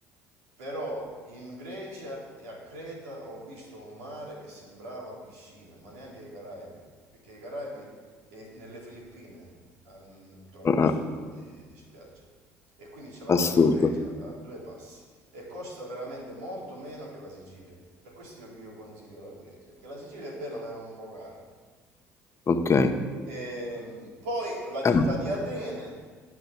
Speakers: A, on the right (about 85°); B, on the left (about 35°).
A: però in Grecia e a Creta ho visto un mare che sembrava piscina, ma neanche i Caraibi, perché i Caraibi e nelle Filippine han- trovi
B: ah,
A: questo
B: ah,
A: tipo di, di spiagge. E quindi ce l'abbiamo
B: assurdo,
A: in Grecia a due passi. E costa veramente molto meno che la Sicilia. Per questo io, io consiglio la Grecia, che la Sicilia è bella ma è un po' cara.
B: ok.
A: Ehm, poi la città
B: Ah,
A: di Atene,